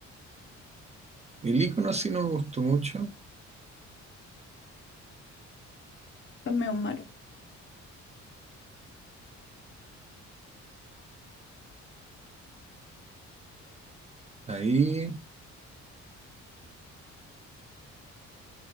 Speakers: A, on the right; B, on the left.
A: El icono sí no me gustó mucho.
B: Están medio malos.
A: Ahí,